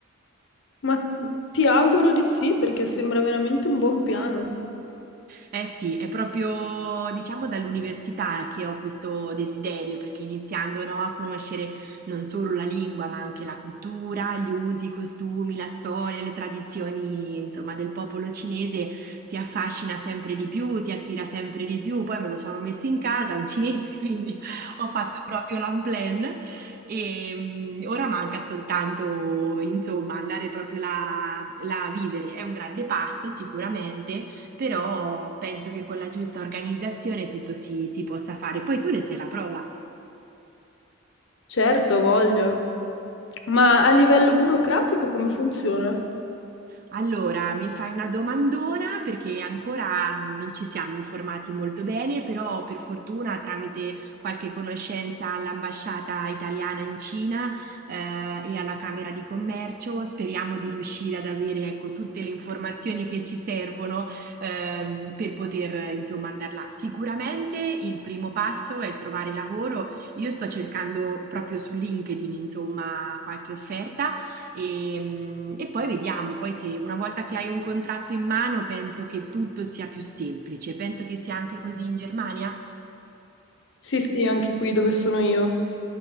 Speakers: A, on the left (about 60°); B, on the right (about 45°).
A: Ma ti auguro di sì, perché sembra veramente un buon piano.
B: Eh sì, è proprio diciamo dall'università che ho questo desiderio, perché iniziando no, a conoscere non solo la lingua, ma anche la cultura, gli usi, i costumi, la storia, le tradizioni, insomma, del popolo cinese ti affascina sempre di più, ti attira sempre di più. Poi me lo sono messo in casa, un cinese, <laughs> quindi ho fatto proprio l'unplan e mm, ora manca soltanto, insomma, andare proprio là là a vivere. È un grande passo sicuramente però penso che con la giusta organizzazione tutto si, si possa fare. Poi tu ne sei la prova,
A: Certo, ha voglia. Ma a livello burocratico come funziona?
B: Allora, mi fai una domandona perché ancora mm, non ci siamo informati molto bene, però per fortuna tramite qualche conoscenza all'ambasciata italiana in Cina eh, e alla Camera di Commercio speriamo di riuscire ad avere ecco, tutte le informazioni che ci servono ehm, per poter eh, insomma andare là. Sicuramente il primo passo è trovare lavoro. Io sto cercando proprio su LinkedIn insomma qualche offerta. E, mm, e poi vediamo, poi se una volta che hai un contratto in mano penso che tutto sia più semplice, penso che sia anche così in Germania.
A: Sì, sì, anche qui dove sono io